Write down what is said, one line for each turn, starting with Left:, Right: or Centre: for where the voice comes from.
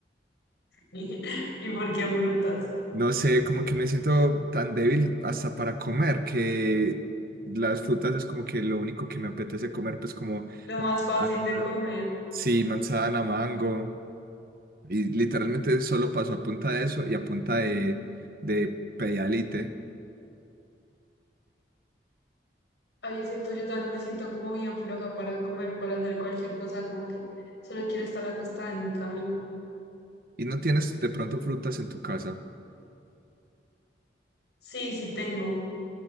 Left: <laughs> ¿Y por qué brutas?
Right: No sé, como que me siento tan débil hasta para comer que las frutas es como que lo único que me apetece comer, pues como,
Left: Lo más fácil
Right: ah,
Left: de comer.
Right: sí, manzana, mango, y literalmente solo paso a punta de eso y a punta de, de Pedialyte.
Left: Ay, es cierto, yo también me siento como bien floja para comer, para hacer cualquier cosa, como que solo quiero estar acostada en mi camita.
Right: Y no tienes de pronto frutas en tu casa.
Left: Sí, sí tengo.